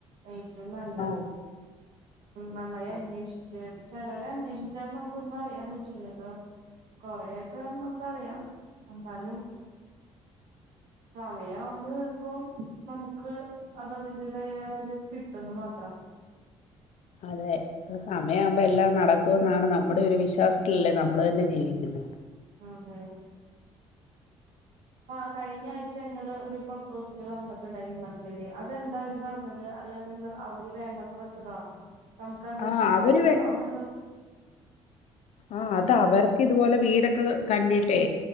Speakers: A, on the right; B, on the left.
A: ഏറ്റവും നല്ലത്
B: ആ,
A: നന്നായി
B: അ-
A: അന്വേഷിച്ച് അപ്പ ചിലരെ അന്വേഷിച്ചാലും നമുക്ക് ഒന്നും അറിയാൻ പറ്റില്ല അപ്പൊ കൊറെയൊക്കെന്ന് നമുക്ക്റിയാം എന്നാലും സമയവുമ്പോൾ ചിലപ്പോ നമുക്ക് അത അതിന്റേതായ ഇതില് കിട്ടന്ന് മാത്രം
B: അതെ സമയ ആവുമ്പോ എല്ലാം നടക്കും എന്നാണ് നമ്മുടെ ഒരു വിശ്വാസത്തിലല്ലേ നമ്മള് തന്നെ ജീവിക്കുന്ന
A: അതെ അ കഴിഞ്ഞ ആഴ്ച ഞങ്ങള്ൾ ഒരുപ്പം ഹസിൽ വന്നിട്ടുണ്ടായിരുന്നു മഡലേ അതെന്താ അവര് പറഞ്ഞത് അര് എന്താ അവര് വേണ്ടെന്ന് വെച്ചതാ നമുക്ക് എന്താ
B: ആ
A: ഇഷ്ടായില്ലന്നോ
B: അവര് വേ-
A: അങ്ങനെന്തോ
B: ആ അത് അവർക്ക് ഇതുപോലെ വീടൊക്കെ കണ്ടിട്ടേ